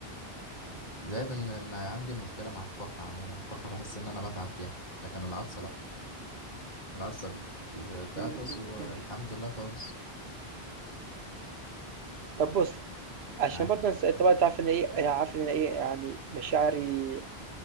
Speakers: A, on the left; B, on the right.
A: زائد إن إن عندي مشكلة مع الكحة عموما الكحة بحس إن أنا بتعب فيها لكن العطسة لأ العطسة بت- بتعطس
B: إمم، إمم،
A: والحمد
B: إمم.
A: لله خلاص
B: طب بُص، عشان
A: معاك
B: برضه أنت طبعًا أنت عارف إن إيه، أنا عارف إن أنا إيه، يعني مشاعري